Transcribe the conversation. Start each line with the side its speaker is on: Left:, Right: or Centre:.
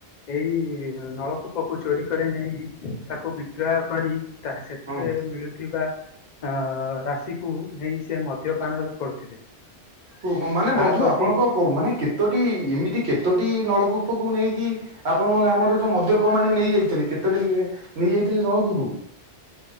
Left: ଏଇ ନଳକୂପକୁ ଚୋରି କରି ନେଇ ତାକୁ ବିକ୍ରୟ କରି ତା ସେଥିରେ
Right: ହଁ ବନ୍ଧୁ।
Left: ମିଳୁଥିବା ଅ ରାଶିକୁ ନେଇ ସେ ମଦ୍ୟପାନ କରୁଥିଲେ।
Right: ହଉ ମାନେ
Left: ତା
Right: ବନ୍ଧୁ
Left: ପ୍ରତି
Right: ଆପଣଙ୍କ ମାନେ କେତୋଟି ଏମିତି କେତୋଟି ନଳକୂପକୁ ନେଇକି ଆପଣ ଆମର ଯୋଉ ମଦ୍ୟପ ମାନେ ନେଇ ଯାଇଥିଲେ କେତୋଟି ଯାଇଥିଲଥିଲେ ନଳକୂପକୁ।